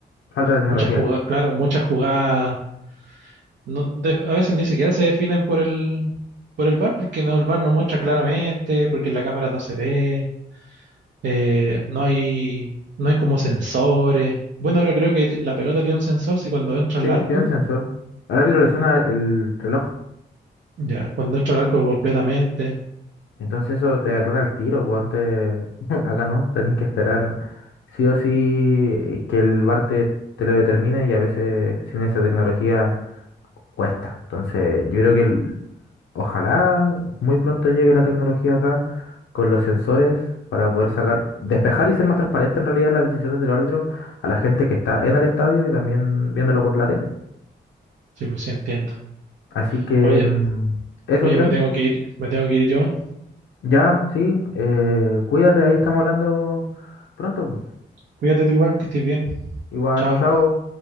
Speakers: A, on the left; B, on the right.
A: Falta de tecnología.
B: muchas jugadas, claro, muchas jugadas no, de- a veces ni siquiera se definen por el, por el bar porque no, el bar no muestra claramente, porque en la cámara no se ve, eh, no hay, no hay como sensores. Bueno, ahora creo que la pelota tiene un sensor, si cuando entra
A: Sí,
B: al arco,
A: tiene un sensor. Al árbitro le suena el reloj.
B: ya, cuando entra al arco completamente,
A: Entonces eso te aclara el tiro, pues antes <laughs> acá no, tenés que esperar ¿no? sí o sí eh, que el VAR te, te lo determine y a veces sin esa tecnología cuesta. Entonces yo creo que el- ojalá muy pronto llegue la tecnología acá con los sensores para poder sacar, despejar y ser más transparente en realidad las decisiones del árbitro a la gente que está en el estadio y también viéndolo por la tele.
B: sí, pues sí entiendo.
A: Así que
B: Oye,
A: mm, eso,
B: oye,
A: Tren,
B: me tengo que ir, me tengo que ir yo.
A: Ya, sí, eh, cuídate, ahí estamos hablando pronto.
B: Cuídate tú igual, que estés bien.
A: Igual,
B: Chao.
A: chao.